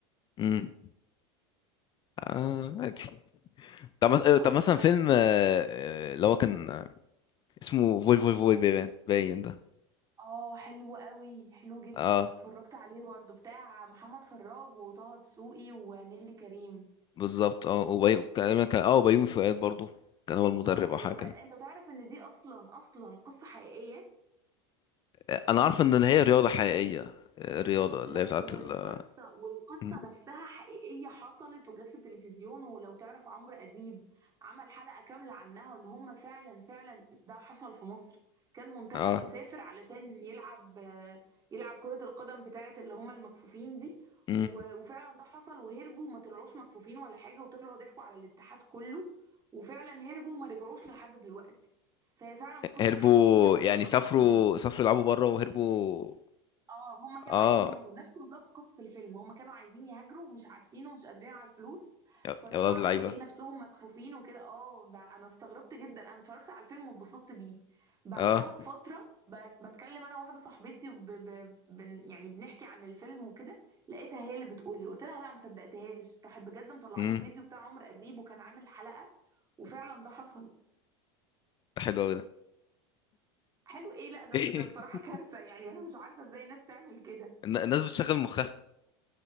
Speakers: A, on the left; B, on the right.
A: مم. آه عادي طب مس- طب
B: اه
A: مثلا
B: تمام
A: فيلم آه، آه، اللي هو كان آه، اسمه فول فول فول باين باين ده
B: اه حلو قوي حلو جدا
A: اه
B: اتفرجت عليه برضو بتاع محمد فراج وطه دسوقي ونيلي كريم
A: بالظبط اه وبيومي كان كان- اه وبيومي فؤاد برضو كان هو المدرب
B: اه وبيومي
A: او حاجه كان
B: فؤاد انت تعرف ان دي اصلا اصلا قصة حقيقية
A: آه، انا عارف ان هي رياضه حقيقيه آه، الرياضه اللي
B: لا
A: هي بتاعت
B: والقصة
A: ال
B: والقصة
A: مم.
B: نفسها حقيقية حصلت وجت في التلفزيون ولو تعرف عمرو أديب عمل حلقة كاملة عنها وإن هم فعلا فعلا ده حصل في مصر كان منتخب
A: اه
B: مسافر علشان يلعب يلعب كرة القدم بتاعة اللي هم المكفوفين دي
A: مم.
B: و- وفعلا ده حصل وهربوا وما طلعوش مكفوفين ولا حاجة وطلعوا ضحكوا على الاتحاد كله وفعلا هربوا وما رجعوش لحد دلوقتي فهي فعلا قصة
A: هربوا
B: حقيقية أنا استغربت
A: يعني سافروا
B: جدا
A: سافروا يلعبوا بره وهربوا
B: اه هما كانوا
A: اه
B: عايزين يهاجروا نفس بالظبط قصة الفيلم هما كانوا عايزين يهاجروا ومش عارفين ومش قادرين على الفلوس
A: يا
B: فراحوا
A: يا ولاد
B: عملوا
A: اللعيبه
B: ايه نفسهم مكفوفين وكده اه ده انا استغربت جدا انا اتفرجت على الفيلم واتبسطت بيه بعدها
A: اه
B: بفترة ب- بتكلم انا وواحدة صاحبتي وب... ب... بن... يعني بنحكي عن الفيلم وكده لقيتها هي اللي بتقول لي قلت لها لا ما صدقتهاش راحت بجد مطلعه
A: امم
B: لي الفيديو بتاع عمرو اديب وكان عامل حلقة وفعلا ده حصل
A: ده حلو قوي ده
B: حلو ايه لا ده
A: <laughs>
B: ده بصراحة كارثة يعني انا مش عارفة ازاي ناس تعمل كده
A: الن- الناس بتشغل مخها